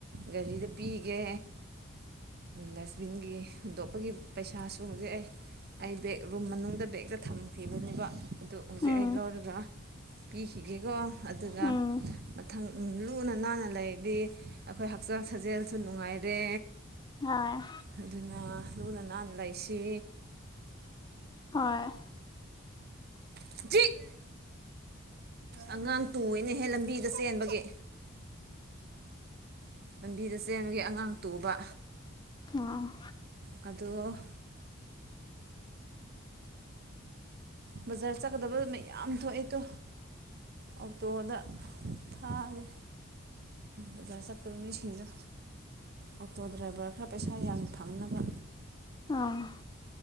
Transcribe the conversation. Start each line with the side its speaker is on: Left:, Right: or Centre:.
Right: ꯒꯥꯔꯤꯗ ꯄꯤꯒꯦ ꯗꯁꯕꯤꯟꯒꯤ ꯍꯨꯟꯗꯣꯛꯄꯒꯤ ꯄꯩꯁꯥꯁꯨ ꯍꯧꯖꯤꯛ ꯑꯩ ꯑꯩ ꯕꯦꯛ ꯔꯨꯝ ꯃꯅꯨꯡꯗ ꯕꯦꯛꯇ ꯊꯝꯈꯤꯕꯅꯦꯕ ꯑꯗꯨ ꯍꯧꯖꯤꯛ
Left: ꯎꯝ
Right: ꯑꯩ ꯂꯧꯔꯒ ꯄꯤꯈꯤꯒꯦꯀꯣ ꯑꯗꯨꯒ
Left: ꯎꯝ
Right: ꯃꯊꯪ ꯂꯨꯅ ꯅꯥꯟꯅ ꯂꯩꯔꯗꯤ ꯑꯩꯈꯣꯏ ꯍꯛꯆꯥꯡ ꯁꯥꯖꯦꯜꯁꯨ ꯅꯨꯡꯉꯥꯏꯔꯦ
Left: ꯍꯣꯏ
Right: ꯑꯗꯨꯅ ꯂꯨꯅ ꯅꯥꯟꯅ ꯂꯩꯁꯤ
Left: ꯍꯣꯏ
Right: <unintelligible> ꯑꯉꯥꯡ ꯇꯨꯏꯅꯦꯍꯦ ꯂꯝꯕꯤꯗ ꯆꯦꯟꯕꯒꯤ ꯂꯝꯕꯤꯗ ꯆꯦꯟꯕꯒꯤ ꯑꯉꯥꯡ ꯇꯣꯛꯕ
Left: ꯎꯝ
Right: ꯑꯗꯣ ꯕꯖꯥꯔ ꯆꯠꯀꯗꯕ ꯃ ꯌꯥꯝ ꯊꯣꯛꯑꯦ ꯇꯣ ꯑꯣꯛꯇꯣꯗ ꯊꯥꯒꯦ ꯕꯖꯥꯔ ꯆꯠꯀꯕ ꯃꯤꯁꯤꯡꯗꯣ ꯑꯣꯇꯣ ꯗ꯭ꯔꯥꯏꯚꯔ ꯈꯔ ꯄꯩꯁꯥ ꯌꯥꯝꯅ ꯐꯪꯅꯕ
Left: ꯑꯥ